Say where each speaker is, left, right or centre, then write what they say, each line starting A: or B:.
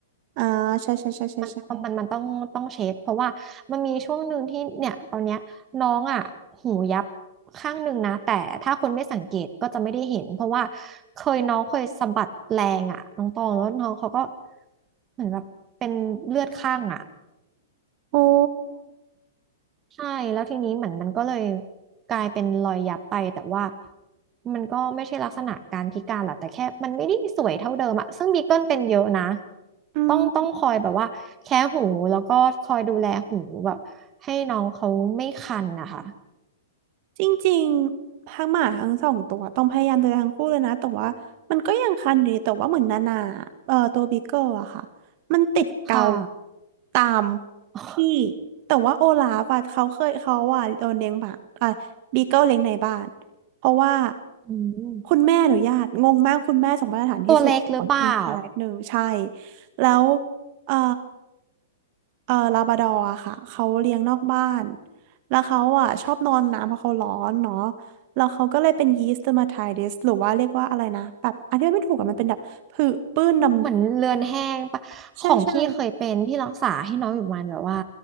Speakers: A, on the right; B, on the right.
A: อ่าใช่ใช่ใช่ใช่ใช่
B: มันมันมันมันต้องต้องเช็ดเพราะว่ามันมีช่วงหนึ่งที่เนี่ยตอนเนี้ยน้องอะหูยับข้างหนึ่งนะแต่ถ้าคนไม่สังเกตก็จะไม่ได้เห็นเพราะว่าเคยน้องเคยสะบัดแรงอะน้องตองแล้วน้องเขาก็เหมือนแบบเป็นเลือดข้างอะ
A: โอ้
B: ใช่แล้วทีนี้เหมือนมันก็เลยกลายเป็นรอยยับไปแต่ว่ามันก็ไม่ใช่ลักษณะการพิการหรอกแต่แค่มันไม่ได้สวยเท่าเดิมอะซึ่งบีเกิลเป็นเยอะนะ
A: อืม
B: ต้องต้องคอยแบบว่าแค่หูแล้วก็คอยดูแลหูแบบให้น้องเขาไม่คันนะคะ
A: จริงๆทั้งหมาทั้งสองตัวต้องพยายามดูแลทั้งคู่เลยนะแต่ว่ามันก็ยังคัน่ดีแต่ว่าเหมือนนานาเอ่อตัวบิกเกิลอะค่ะมันติดเกา
B: ค่ะ
A: ตาม
B: <laughs>
A: พี่แต่ว่าโอลาฟอะเขาเคยเขาอะโดนเลี้ยงหมาอ่ะบิกเกิลเลี้ยงในบ้านเพราะว่า
B: อืม
A: คุณแม่อนุญาตงงมากคุณแม่ส่งมาตรฐานที่สุดของเป็นงชายหนึ่งใช่
B: ตัวเล็กหรือเปล่า
A: แล้วเอ่อเอ่อลาบราดอร์อะค่ะเขาเลี้ยงนอกบ้าน แล้วเขาอ่ะชอบนอนน้ำเพราะเขาร้อนเนาะแล้วเขาก็เลยเป็นยีสต์เดอร์มาไทติสหรือว่าเรียกว่าอะไรนะแบบอธิบายไม่ถูกอะมันเป็นแบบผื่นปื้นด
B: เหมือนเลือนแห้งปะของพี่เคยเป็นพี่รักษาให้น้องอยู่ประมันแบบว่า
A: ำๆใช่ใช่